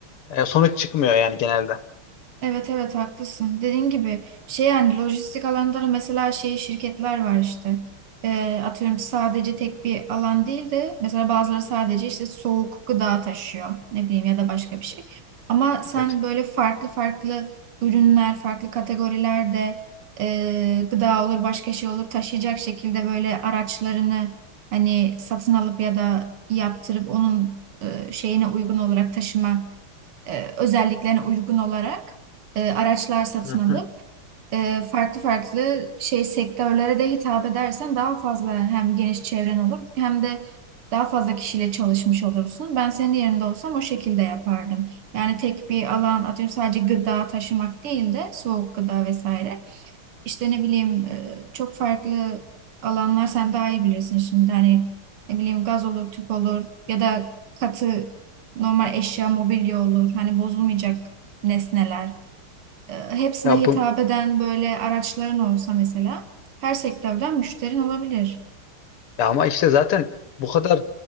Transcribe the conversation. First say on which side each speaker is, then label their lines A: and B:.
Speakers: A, on the left; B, on the right.
A: E, sonuç çıkmıyor yani genelde.
B: Evet evet haklısın. Dediğin gibi şey yani lojistik alanları mesela şey şirketler var işte. Ee, atıyorum sadece tek bir alan değil de mesela bazıları sadece işte soğuk gıda taşıyor ne bileyim ya da başka bir şey. Ama sen
A: Evet.
B: böyle farklı farklı ürünler, farklı kategorilerde e, gıda olur başka şey olur taşıyacak şekilde böyle araçlarını hani satın alıp ya da yaptırıp onun e, şeyine uygun olarak taşıma e, özelliklerine uygun olarak e, araçlar satın
A: Hı
B: alıp
A: hı.
B: e, farklı farklı şey sektörlere de hitap edersen daha fazla hem geniş çevren olur hem de daha fazla kişiyle çalışmış olursun. Ben senin yerinde olsam o şekilde yapardım. Yani tek bir alan atıyorum sadece gıda taşımak değil de soğuk gıda vesaire. İşte ne bileyim e, çok farklı alanlar sen daha iyi bilirsin şimdi hani ne bileyim gaz olur, tüp olur ya da katı normal eşya, mobilya olur. Hani bozulmayacak nesneler. E, Hepsine
A: Ya
B: hitap
A: bu
B: eden böyle araçların olsa mesela her sektörden müşterin olabilir.
A: Ya ama işte zaten bu kadar